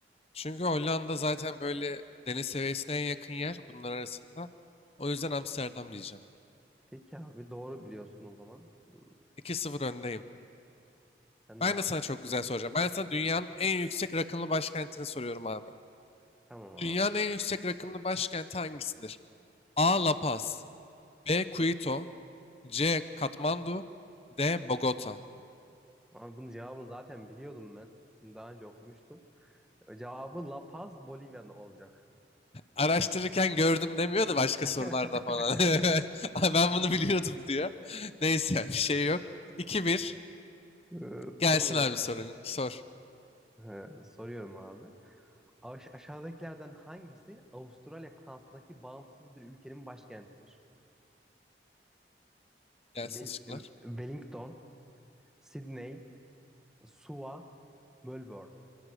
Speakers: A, on the left; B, in the centre.
A: Çünkü Hollanda zaten böyle deniz seviyesine en yakın yer bunlar arasında. O yüzden Amsterdam diyeceğim.
B: Peki abi doğru biliyorsun o zaman. Hmm,
A: 2 sıfır öndeyim.
B: sen
A: Ben
B: de abi.
A: de sana çok güzel soracağım. Ben de sana dünyanın en yüksek rakımlı başkentini soruyorum abi.
B: Tamam abi.
A: Dünyanın en yüksek rakımlı başkenti hangisidir? A. La Paz B. Quito C. Katmandu D. Bogota
B: Abi bunun cevabını zaten biliyordum ben. Daha önce okumuştum. Cevabı La Paz, Bolivya olacak.
A: Araştırırken gördüm demiyor da başka
B: <laughs>
A: sorularda falan. <laughs> Ben bunu biliyordum diyor. <laughs> Neyse yani bir şey yok. 2 bir.
B: Ee,
A: Gelsin
B: Tamam.
A: abi sorun. Sor.
B: He, soruyorum abi. Aş- aşağıdakilerden hangisi Avustralya kıtasındaki bağımsız bir ülkenin başkentidir?
A: Gelsin
B: Wel-
A: şıklar.
B: e, Wellington, Sydney, Suva, Melbourne.